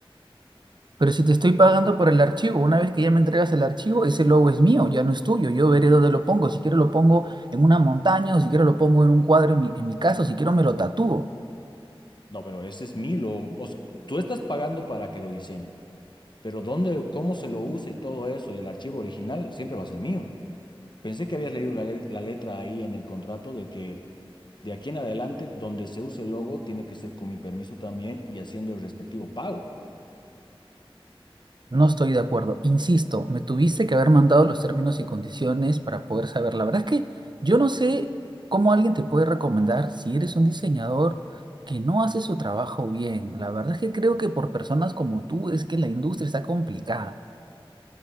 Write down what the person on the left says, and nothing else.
No, pero ese es mi logo. O sea, tú estás pagando para que lo diseñe, pero dónde, cómo se lo usa y todo eso y el archivo original siempre va a ser mío. Pensé que habías leído la, le- la letra ahí en el contrato de que de aquí en adelante, donde se use el logo, tiene que ser con mi permiso también y haciendo el respectivo pago.